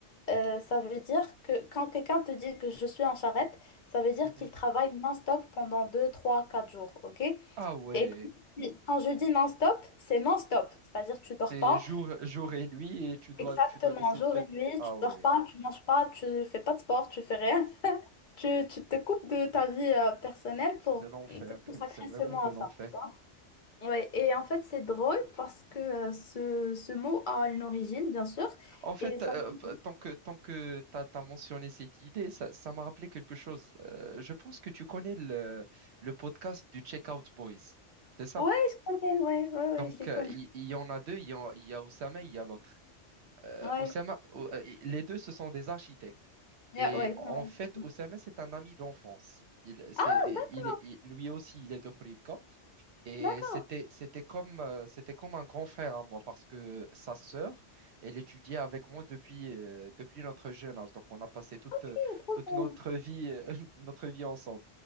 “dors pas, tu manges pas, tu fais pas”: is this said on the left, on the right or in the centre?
Left